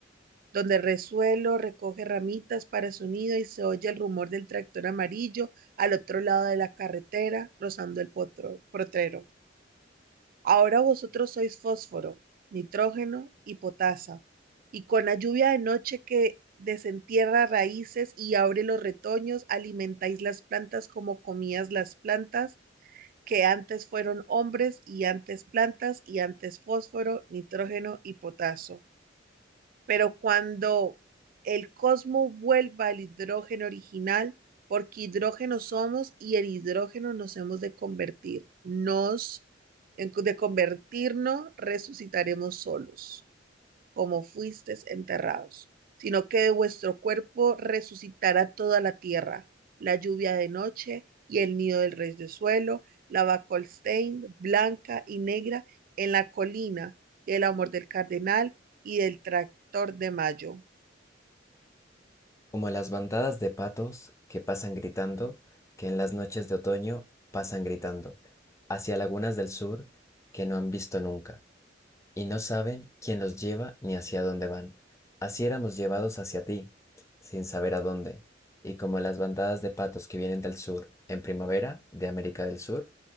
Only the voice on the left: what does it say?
Como las bandadas de patos que pasan gritando, que en las noches de otoño pasan gritando, hacia lagunas del sur que no han visto nunca. y no saben quién los lleva ni hacia dónde van. Así éramos llevados hacia ti, sin saber a dónde, y como las bandadas de patos que vienen del sur en primavera de América del Sur